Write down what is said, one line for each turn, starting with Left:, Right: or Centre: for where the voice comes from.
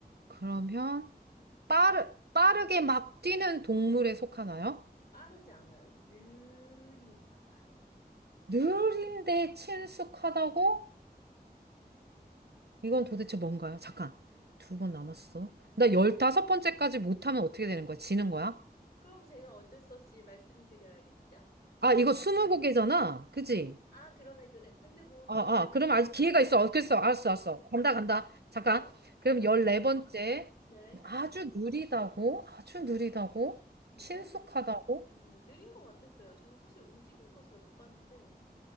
Right: 그러면 빠르, 빠르게 막 뛰는 동물에 속하나요?
Left: 빠르지 않아요. 느린 것 같아요.
Right: 느린데 친숙하다고? 이건 도대체 뭔가요? 잠깐. 두 번 남았어. 나 열다섯 번째까지 못하면 어떻게 되는 거야? 지는 거야?
Left: 그럼 제가 어쩔 수 없이 말씀드려야겠죠?
Right: 아, 이거 스무고개잖아. 그지?
Left: 아, 그러네, 그래. 근데 뭐 도저히
Right: 어, 어,
Left: 안
Right: 그럼
Left: 되겠으면
Right: 아직 기회가 있어. 어, 글쎄, 알았어, 알았어. 간다, 간다. 잠깐.
Left: 좋아요. <laughs>
Right: 그럼 14번째.
Left: 네,
Right: 아주 느리다고? 아주 느리다고?
Left: 음,
Right: 친숙하다고?
Left: 제일 음, 느린 것 같았어요. 저 사실 움직이는 걸 잘 못 봤는데